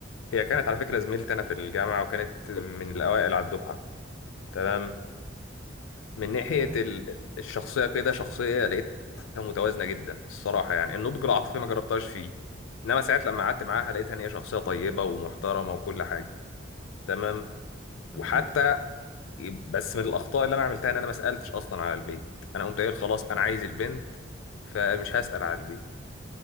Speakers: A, on the left (about 80°); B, in the centre.
A: هي كانت
B: تمام
A: على فكره زميلتي انا في الجامعه وكانت من الاوائل على الدفعه تمام من ناحيه
B: تمام
A: ال- الشخصيه كده شخصيه لقيتها متوازنه جدا الصراحه يعني النضج العاطفي ما جربتهاش فيه انما ساعات لما قعدت معاها لقيتها ان هي شخصيه طيبه ومحترمه وكل حاجه تمام
B: تمام
A: وحتى
B: آه،
A: بس من الاخطاء اللي انا عملتها ان انا ما سالتش اصلا على البيت انا قمت قايل خلاص انا عايز البنت فمش هسال على البيت